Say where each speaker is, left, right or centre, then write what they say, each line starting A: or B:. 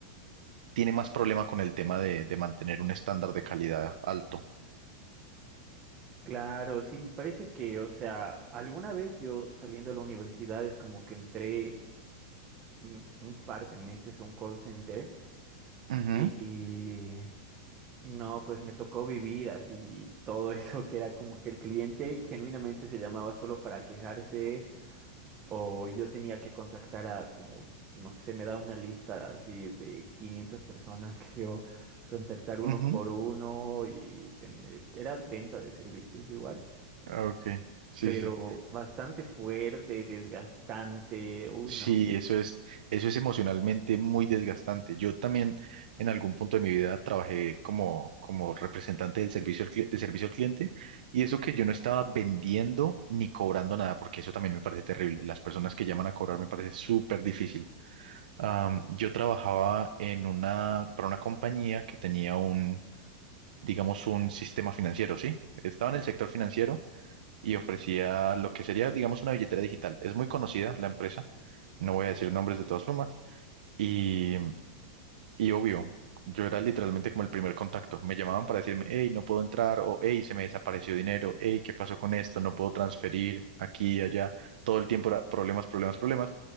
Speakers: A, on the right; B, on the right.
A: tiene más problema con el tema de, de mantener un estándar de calidad alto.
B: Claro, sí, me parece que, o sea, alguna vez yo saliendo de la universidad es como que entré mm, un par de meses a un call center
A: Ujú,
B: y, No, pues me tocó vivir así todo <laughs> eso, que era como que el cliente genuinamente se llamaba solo para quejarse o yo tenía que contactar a como, no sé, me da una lista así de 500 personas, <laughs> creo, contactar uno
A: ujú.
B: por uno y vende- era venta de servicios igual,
A: Ah, Ok, sí,
B: pero
A: sí. sí.
B: bastante fuerte, desgastante, uy,
A: Sí,
B: no.
A: eso es, eso es emocionalmente muy desgastante. Yo también en algún punto de mi vida trabajé como, como representante del servicio al, cli- de servicio al cliente y eso que yo no estaba vendiendo ni cobrando nada, porque eso también me parece terrible. Las personas que llaman a cobrar me parece súper difícil. Am, yo trabajaba en una, para una compañía que tenía un, digamos, un sistema financiero, ¿sí? Estaba en el sector financiero y ofrecía lo que sería, digamos, una billetera digital. Es muy conocida la empresa no voy a decir nombres de todas formas. Y, y obvio, yo era literalmente como el primer contacto. Me llamaban para decirme, hey, no puedo entrar, o hey, se me desapareció dinero, hey, ¿qué pasó con esto? No puedo transferir aquí y allá. Todo el tiempo era problemas, problemas, problemas.